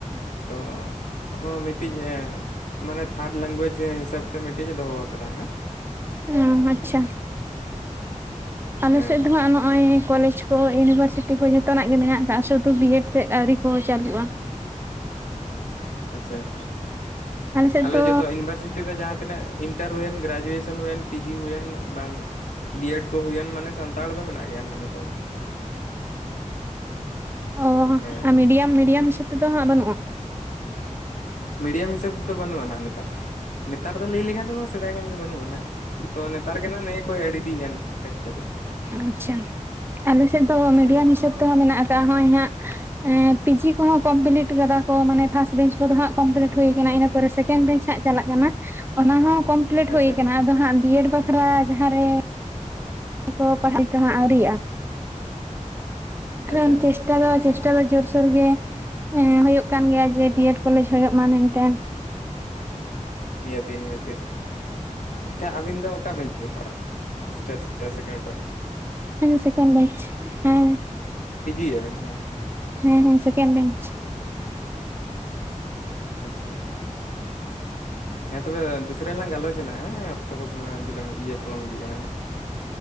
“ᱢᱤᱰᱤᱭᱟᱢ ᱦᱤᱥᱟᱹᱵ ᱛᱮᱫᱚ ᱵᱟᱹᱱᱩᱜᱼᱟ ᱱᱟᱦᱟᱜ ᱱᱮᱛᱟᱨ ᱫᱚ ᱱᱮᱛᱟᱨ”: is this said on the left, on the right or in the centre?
Left